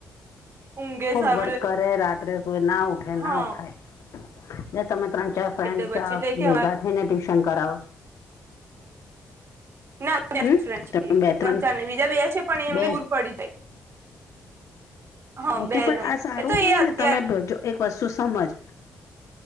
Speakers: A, on the right; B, on the left.
A: ઊંઘે
B: હબ
A: સર
B: વર્ક કરે રાત્રે સુય ના ઉઠે
A: હા
B: ના ઉઠાય તમે ત્રણ ચાર ફ્રેન્ડ
A: એટલે પછી
B: ચ
A: એટલે કે અમારે
B: ભેગા થઈ ને, ટ્યુશન કરાવવા.
A: ના
B: હમ,
A: ત્રણ
B: તો બે-ત્રણ,
A: ચાર ને બીજા બે છે પણ એમને
B: બે.
A: દૂર પડી જાય હા
B: ઓકે
A: બે
B: પણ
A: જણ
B: આ સારું
A: એ તો
B: કેવાય
A: એ અત્યાર
B: ને, તમે એક વસ્તુ સમજ.